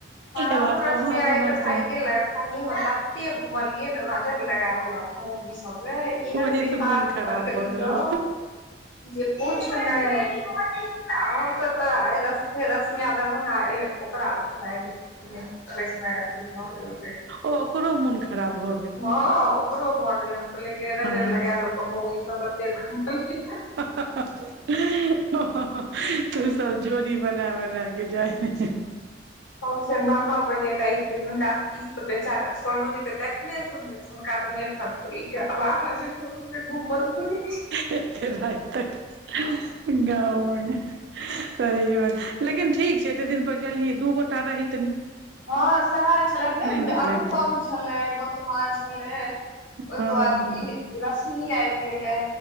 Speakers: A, on the left (about 80°); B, on the right (about 65°).
A: हँ हमूँ
B: एम्हर
A: रश्मि
B: सँ ओम्हर
A: एहि
B: ओम्हर
A: बेर
B: सँ
A: आइगे
B: ओम्हर
A: लग सही में तत्ते घुमलिये ने नजर लगा देलक मोगी सब हम गै एहन
B: ओहि
A: बीमार
B: से मोन खराब
A: पड़लियौ
B: भऽ गेलौ
A: जे पूछ नहि आ हम तऽ एतऽ आइ फेर रश्मिया दरभ्ंगा एयलै तऽ ओकरा उठनाइ गेल बैसनाई अथि भ गेल रहै
B: त ओकरो मोन खराब भ
A: हँ ओकरो भऽ गेलै हम कहलियै गे नजर
B: हँ
A: लगाय देलकौ मौगी सब तत्ते घुमलही
B: ह ह ह ह ह तु सब जोरी बना बना क जाही
A: सबसे नौ नौ बजे राति क हिनका ई त बेचारा सोनू जी त देखने सुनने हुनका ते नहि फरफरी आ बारह बजे क हमसभ घुमल करी
B: एत्ते राति तक गांव मे सही बात लेकिन ठीक छै एते दिन पर गेलही दू गोटा रहीं
A: हँ सएहे छलै नहि बुझ
B: नीक
A: अनुपम
B: लगितौ
A: छलै गौतमा छलै ओहिके
B: हँ
A: बाद ई रश्मि आबि गेलै